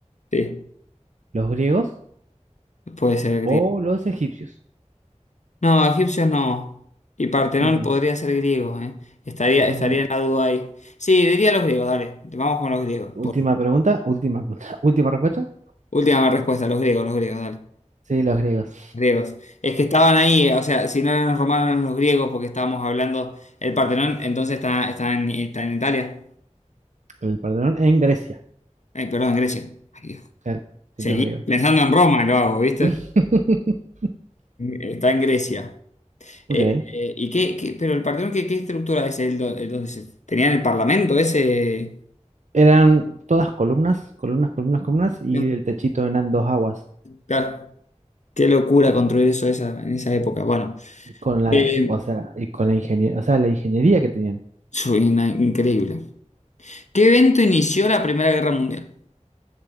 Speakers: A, on the left; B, on the right.
A: Sí,
B: los griegos
A: puede ser griego.
B: o los egipcios?
A: No, egipcios no. Y Partenón
B: Ujú,
A: podría ser griego, ¿eh? Estaría,
B: ujú.
A: estaría en la duda ahí. Sí, diría los griegos, dale. Vamos con los griegos. por-
B: Última pregunta, última pregunta, <laughs> última respuesta.
A: Última respuesta, los griegos, los griegos, dale.
B: Sí, los griegos.
A: Griegos. Es que estaban ahí, eh, o sea, si no eran los romanos, eran los griegos, porque estábamos hablando. El Partenón, entonces está, está en, está en Italia.
B: El Partenón en Grecia.
A: Ay, perdón, en Grecia. Ay, Dios.
B: Claro,
A: Seguí
B: sí, los griegos.
A: pensando en Roma, lo hago, ¿viste?
B: <laughs>
A: Está en Grecia.
B: Ok.
A: Eh, eh, ¿y qué, qué- pero el Partenón, ¿qué, qué estructura es? El, do- el donde se- ¿Tenían el parlamento ese?
B: Eran todas columnas, columnas, columnas, columnas, y
A: No,
B: el techito eran dos aguas.
A: Claro. Qué locura construir eso esa, en esa época. Bueno,
B: Y con la,
A: eh,
B: o sea, y con la ingeniería, o sea, la ingeniería que tenían.
A: soy una- increíble. ¿Qué evento inició la Primera Guerra Mundial?